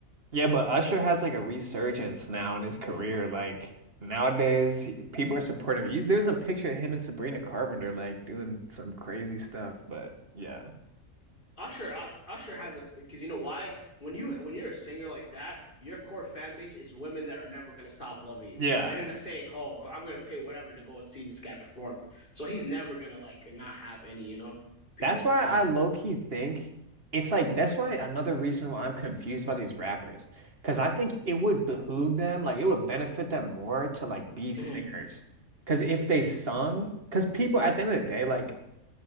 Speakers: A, on the right; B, on the left.
A: Yeah, but Usher has like a resurgence now in his career. Like nowadays, he- people are supporting him. You, there's a picture of him and Sabrina Carpenter like doing some crazy stuff. But yeah,
B: Usher, uh, Usher has a because you know why when you when you're a singer like that, your core fan base is women that are never gonna stop loving you.
A: yeah.
B: They're gonna say, "Oh, I'm gonna pay whatever to go and see this guy perform." So he's never gonna like not have any, you know, people
A: That's why
B: and fans.
A: I low key think it's like that's why another reason why I'm confused about these rappers. Cause I think it would behoove them, like it would benefit them more to like be singers.
B: Mhm,
A: Cause if they sung, cause people at the end of the day, like